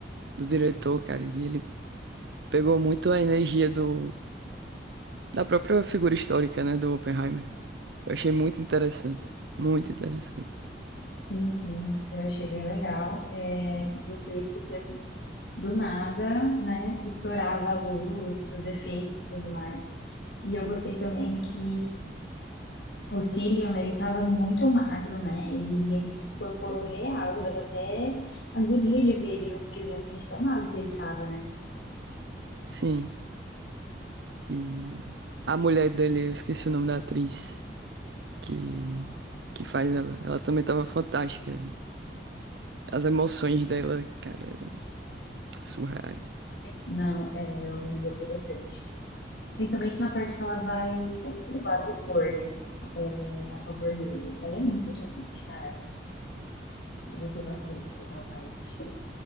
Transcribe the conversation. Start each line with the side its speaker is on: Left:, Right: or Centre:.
Right: do diretor, cara. E ele pegou muito a energia do, da própria figura histórica, né, do Oppenheimer. Eu achei muito interessante, muito interessante.
Left: Sim, sim, eu achei bem legal. É, eu gostei porque assim, do nada, né, estourava a luz para os efeitos e tudo mais. E eu gostei também que O Cillian, ele tava muito magro, né? Ele meio que incorporou real, dava até agonia de ver ele no filme, assim, de tão magro que ele tava, né?
Right: Sim, e a mulher dele, eu esqueci o nome da atriz que, que faz ela, ela também tava fantástica. As emoções dela, cara, eram surreais.
Left: Não, é, eu também gostei bastante. Principalmente na parte que ela vai lá depor, né? É, A favor dele. Ela é muito inteligente, cara. Eu gostei bastante daquela parte.